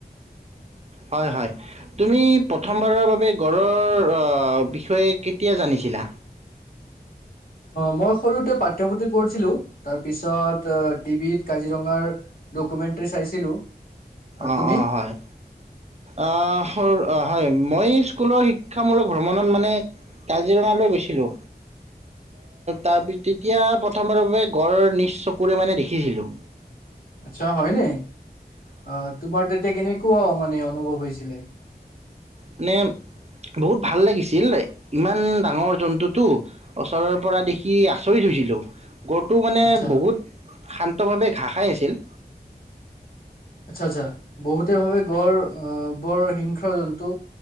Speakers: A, on the right; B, on the left.
A: হয় হয় তুমি প্ৰথমবাৰৰ বাবে। গড়ৰ অ বিশষ। তে কেতিয়া জানিছিলা।
B: মই সৰুতে পাঠ্যপুথিত পঢ়িছিলো তাৰ পিছত টিভিত কাজিৰঙাৰ ডকুমেন্টী চাইছিলো। আৰু
A: অঁ
B: তুমি
A: অঁ হয় অ হয় মই স্কুলৰ শিক্ষামূলক ভ্ৰমণত মানে কাজিৰঙালৈ গৈছিলোঁ তাৰ তেতিয়া প্ৰথমবাৰৰ বাবে গড় নিজ চকুৰে মানে দেখিছিলোঁ
B: আচ্ছা হয়নে অ তোমাৰ তেতিয়া কেনেক কেনেকুৱা মানে অনুভৱ হৈছিলে
A: মানে বহুত ভাল লাগিছিল ইমান ডাঙৰ জন্তুটো ওচৰৰ পৰা দেখি আচৰিত হৈছিলোঁ গড়টো মানে
B: আচ্ছা
A: বহুত শান্তভাবে ঘাঁহ খাই আছিল
B: আচ্ছা আচ্ছা বহুতে ভাবে গড় বৰ হিংস জন্তু